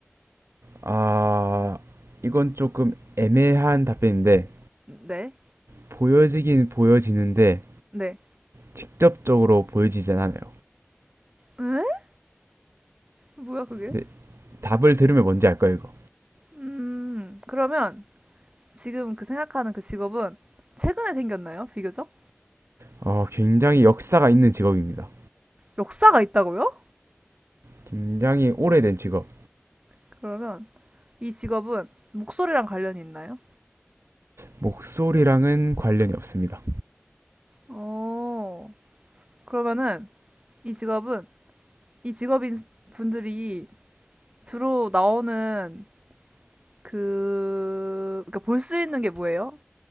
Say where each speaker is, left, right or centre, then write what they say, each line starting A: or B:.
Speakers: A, on the right; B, on the right.
A: 아 이건 조금 애매한 답변인데
B: 네.
A: 보여지긴 보여지는데
B: 네.
A: 직접적으로 보여지진 않아요.
B: 에? 뭐야 그게?
A: 근데 답을 들으면 뭔지 알 거예요 이거.
B: 음, 그러면 지금 그 생각하는 그 직업은 최근에 생겼나요? 비교적?
A: 어 굉장히 역사가 있는 직업입니다.
B: 역사가 있다고요?
A: 굉장히 오래된 직업.
B: 그러면 이 직업은 목소리랑 관련이 있나요?
A: 목소리랑은 관련이 없습니다.
B: 어, 그러면은 이 직업은 이 직업인 분들이 주로 나오는 그, 그러니까 볼 수 있는 게 뭐예요?